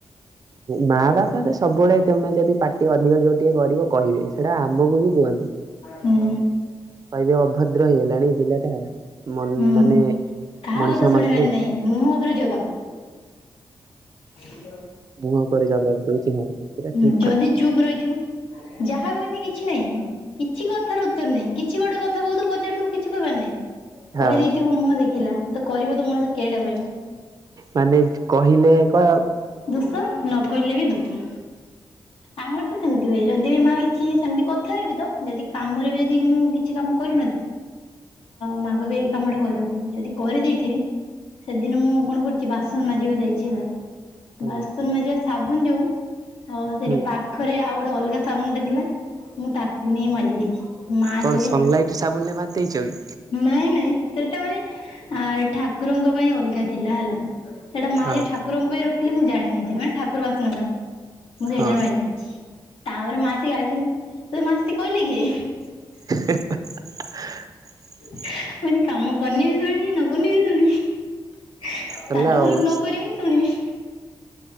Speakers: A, on the right (about 45°); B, on the left (about 85°).
A: ମା ବାପା ତ ସବୁବେଳେ ତମେ ଯଦି ପାଟି ଅଧିକ ଯୋଉ ଟିକେ କରିବ କହିବେ ସେଟା ଆମକୁ ବି କୁହନ୍ତି। <unintelligible>
B: ହୁଁ
A: ଅଭଦ୍ର ହେଇଗଲାଣି ପିଲାଟା।
B: ହୁଁ
A: ମାନେ
B: କାହା
A: ମଣିଷ
B: କଥା ଶୁଣିବାର
A: ମାନଙ୍କୁ
B: ନାଇଁ ମୁହଁ ଉପରେ ଜବାବ। <unintelligible>
A: ମୁହଁ ଉପରେ ଜବାବ ଦଉଛି ହଁ ପୁରା
B: ହୁଁ
A: ଠିକ
B: ଯଦି
A: କଥା।
B: ଚୁପ୍ ରହିଥିବୁ ଯାହା କହିନି କିଛି ନାହିଁ। କିଛି କଥାର ଉତ୍ତର ନାହିଁ କିଛି ଗୋଟେ କଥା କହୁ ପଚାରିଥିବୁ କିଛି କହିବାର ନାହିଁ।
A: ହଁ
B: କହିଦେଇଥିବୁ ମୁହଁ ଦେଖିଲା ତ କରିବ ତ ମଣିଷ କିଏଟା କରିବ।
A: ମାନେ କହିଲେ କ
B: ଦୁଶନ କହିଲେ ବି ଦୁସି ଆମ ଘରେ ତ ସେମିତି ହୁଏ ଯଦି ବି ମା କିଛି ସେମିତି କଥାରେ ବି ତ ଯଦି କାମରେ ବି ଯଦି ମୁଁ କିଛି କାମ କ <inaudible> ମାକୁ ବି ଏଇ କାମ ଟା କରଲୁଣି ଯଦି କରିଦେଇଥିବି ସେଦିନ ମୁଁ କଣ କରୁଛି ବାସନ ମାଜିବାକୁ ଯାଇଛି ହେଲା।
A: ଆଜ୍ଞା।
B: ବାସନ ମାଜିବା ସାବୁନ ଯୋଉ ଅ ସେଠି
A: ହୁଁ
B: ପାଖରେ ଆଉ ଗୋଟେ ଅଲଗା ସାବୁନ ଟା ଥିଲା ମୁଁ ତାକୁ ନେଇ ମାଜି ଦେଇଛି ମା ଆସିଲେ
A: କଣ ସନଲାଇଟ ସାବୁନରେ ମାରି ଦେଇଛ କି
B: ନାଇଁ ନାଇଁ ସେଟା ମାନେ ଆ ଠାକୁରଙ୍କ ଅଲଗା ଥିଲା ହେଲା ସେଟା ମା
A: ହଁ
B: ଯେ ଠାକୁରଙ୍କ ପାଇଁ ରଖିଥିଲେ ମୁଁ ଜାଣିନଥିଲି ମାନେ ଠାକୁ ଠାକୁର ବାସନ ପାଇଁ ମୁଁ ସେଇଟାରେ
A: ହଁ
B: ମାଜି ଦେଇଛି। ତାପରେ ମା ଆସୀ ଗାଳି ଦୋଉଛନ୍ତି ତତେ ମାଜିତେ କହିଲା କିଏ
A: <unintelligible>
B: ମୁଁ କଇନି କାମ କନେ ବି ଶୁଣିବି ନ କନେ ବି ଶୁଣିବି
A: ଗଲା
B: ତାଠୁ ଭଲ
A: ଆଉ।
B: ନକବି ଶୁଣିବି